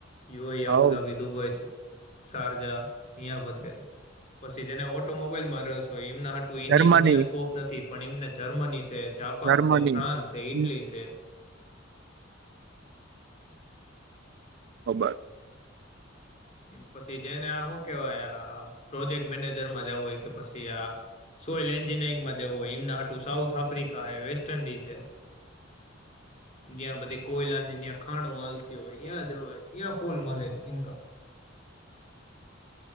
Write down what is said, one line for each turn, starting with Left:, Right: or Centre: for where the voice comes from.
Left: યુઆઈ આબુધાબી
Right: હવ
Left: દુબઈ સારજા અયા બધે પછી જેને ઓટોમોબાઈલ માં રહેસો એ હતું ઇન્ડિયામાંની
Right: જર્મની
Left: સ્કોપ નથી પણ એમને જર્મની છે જાપાન
Right: જર્મની
Left: છે ફ્રાન્સ છે ઇટલી
Right: હમ
Left: છે
Right: ખબર
Left: પછી જેને આ શું કેવાય આ પ્રોજેક્ટ મેનેજરમાં જવું હોય કે પછી આ સોયલ એન્જિનયરિંગમાં જવું હોય એમના આટું સાઉથ આફ્રિકા હ વેસ્ટ ન્ડિઝ છે જ્યાં બધી કોયલાની્યા ખાણો ચાલતી હોય જવય ત્યાં ફૂલ મળે ઇન્કમ